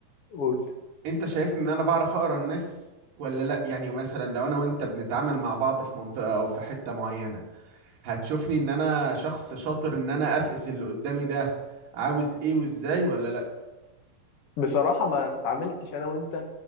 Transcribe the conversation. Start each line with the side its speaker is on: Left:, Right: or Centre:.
Left: قول
Right: انت شايفني ان انا بعرف اقرا الناس ولا لا يعني مثلا لو انا وانت بنتعامل مع بعض في منطقة او في حتة معينة هتشوفني ان انا شخص شاطر ان انا افقس اللي قدامي ده عاوز ايه وازاي ولا لا
Left: بصراحة ما اتعاملتش أنا وأنت